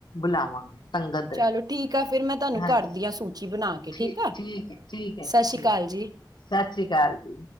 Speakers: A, on the left (about 70°); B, on the right (about 55°).
A: ਬੁਲਾਵਾਂਗੇ। ਸੰਗਤ,
B: ਚਲੋ ਠੀਕ ਆ ਫਿਰ ਮੈਂ ਤੁਹਾਨੂੰ
A: ਹਾਂਜੀ
B: ਕਰਦੀ ਆ ਸੂਚੀ ਬਣਾ ਕੇ
A: ਠੀ-ਠੀਕ
B: ਠੀਕ ਆ
A: ਏ, ਠੀਕ ਏ
B: ਸਤਿ
A: ਜੀ,
B: ਸ੍ਰੀ
A: ਠੀਕ
B: ਅਕਾਲ ਜੀ
A: ਸਤਿ ਸ੍ਰੀ ਅਕਾਲ ਜੀ।